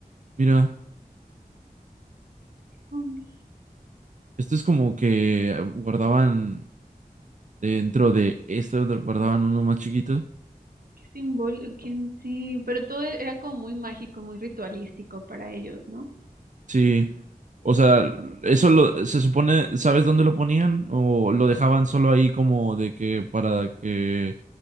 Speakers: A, on the right; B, on the right.
A: mira.
B: Qué bonito.
A: Esto es como que guardaban. dentro de esto donde guardaban uno más chiquito.
B: Qué simbólico, sí, pero todo era como muy mágico, muy ritualístico para ellos, ¿no?
A: Sí, o sea, eso lo, se supone, ¿sabes dónde lo ponían? ¿O lo dejaban solo ahí como de que para que,